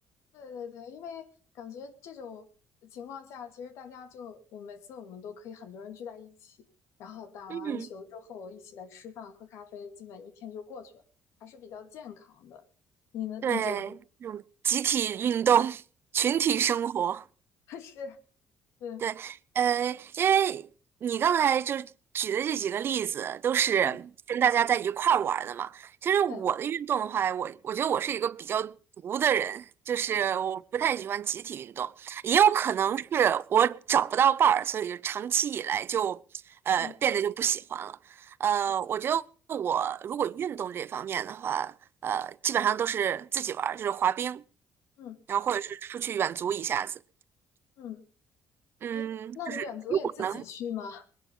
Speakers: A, on the left; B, on the right.
A: 对对对，因为感觉这种情况下，其实大家就我每次我们都可以很多人聚在一起，然后打完球之后一起来吃饭喝咖啡，
B: 嗯，
A: 基本一天就过去了，还是比较健康的。你呢？
B: 对，
A: 你觉得呢？
B: 这种集体运动、群体生活。
A: <laughs> 是，嗯
B: 对，呃，因为你刚才就举的这几个例子都是跟大家在一块儿玩儿的嘛。
A: 嗯，
B: 其实我的运动的话，
A: 对，
B: 我我觉得我是一个比较独的人，就是我不太喜欢集体运动，
A: 嗯
B: 也有可能是我找不到伴儿，
A: 嗯
B: 所以就长期以来就呃变得就不喜欢了。
A: 嗯
B: 呃，
A: 嗯
B: 我觉得我如果运动这方面的话，呃，基本上都是自己玩儿，就是滑冰，
A: 嗯
B: 然后或者是出去远足一下子。
A: 嗯，
B: 嗯，
A: 诶，那你远足也自己去吗？
B: 就是如果能。